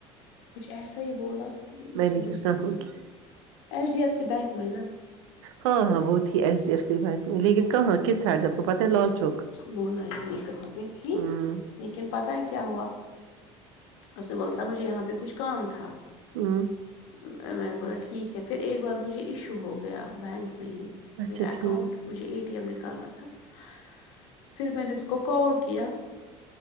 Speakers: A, on the left; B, on the right.
A: کچھ ایسا ہی بولا
B: مینیجر
A: سمج
B: کہاں
A: نہیں
B: ہوگی
A: ہے ایس ڈی ایف <unintelligible> اس بیک میں نا <unintelligible>
B: ہاں ہاں بہت ہی ایچ ڈی ایف سی بک میں لیکن کہاں کس سائڈ سے آپ کو پتا ہے لال چوک
A: بلا کہاں پہ تھی
B: ہوں
A: لیکن پت ہے <unintelligible> کیا ہوا اسے بول تھا مجھے یہاں پہ کچھ کام تھا
B: ہ <unintelligible>
A: میں نے بولا ٹھیک ہے پھر ایک بار مجھے ایشو ہو گیا بینک میں ہی
B: اچھا
A: میرا
B: ٹھیک
A: اکاؤنٹ مجھے ایٹی م نکالنا تھا <unintelligible> پھر میں نے اس کو کال کیا